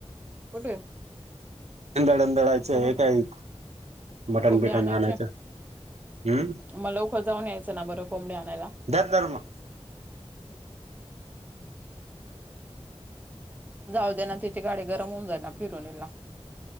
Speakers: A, on the right; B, on the right.
A: कुठे?
B: दळण दळायचं.
A: कोंब
B: हे काही मटन
A: कोंबडे
B: बिटन
A: आणायचे
B: आणायचं. हम्म
A: मग लवकर जाऊन यायचं ना. बरं कोंबडी आणायला.
B: दान धर्म
A: जाऊ दे ना. तिथे गाडी गरम होऊन जाई ना. फिरवून येईल ना.